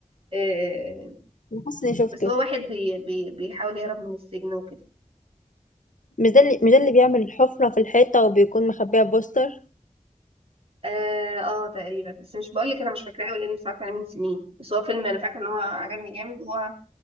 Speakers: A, on the right; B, on the left.
A: آه،
B: أنا حاسة إني شفته
A: بس هو واحد بي بي بيحاول يهرب من السجن وكده
B: مش ده اللي مش ده اللي بيعمل الحفرة في الحيطة وبيكون مخبيها بوستر
A: اه آه، تقريبا بس مش بقول لك انا مش فاكراه قوي لاني اتفرجت عليه من سنين بس هو فيلم انا فاكره ان هو عجبني جامد هو